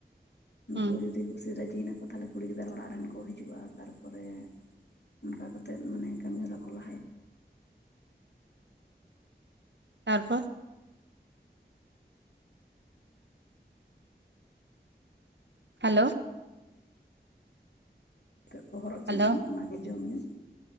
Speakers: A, on the left; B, on the right.
A: ᱩᱱᱠᱩ
B: ᱦᱩᱸ
A: ᱡᱩᱫᱤ ᱠᱩᱥᱤ ᱨᱟᱹᱡᱤᱭᱱᱟᱠᱚ ᱛᱟᱦᱚᱞᱮ ᱠᱩᱲᱤ ᱜᱤᱫᱽᱟᱹᱨ ᱚᱲᱟᱜ ᱨᱮᱱ ᱠᱚ ᱦᱤᱡᱩᱜᱼᱟ, ᱛᱟᱨᱯᱚᱨᱮ ᱚᱱᱠᱟ ᱠᱟᱛᱮᱫ ᱢᱟᱱᱮ ᱠᱟᱹᱢᱤ ᱦᱚᱨᱟ ᱠᱚ ᱞᱟᱦᱟᱭᱟ ᱾
B: ᱛᱟᱨᱯᱚᱨ ᱦᱮᱞᱳ ᱾
A: ᱱᱤᱛᱚᱜ ᱠᱚ ᱦᱚᱨᱚᱜ ᱪᱤᱱᱦᱟᱹᱣ
B: ᱦᱮᱞᱳ
A: ᱚᱱᱟ ᱜᱮ ᱡᱚᱢ ᱧᱩ